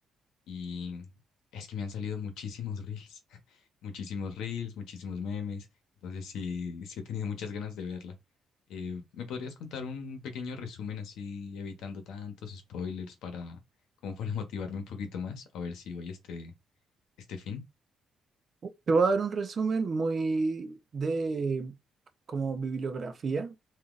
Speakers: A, on the left (about 80°); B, on the right (about 40°).
A: y es que me han salido muchísimos reels, <laughs> muchísimos reels, muchísimos memes. Entonces sí, sí he tenido muchas ganas de verla. Eh, ¿me podrías contar un pequeño resumen así, evitando tantos spoilers para, como para <laughs> motivarme un poquito más? A ver si voy este, este fin.
B: Te voy a dar un resumen muy de como bibliografía,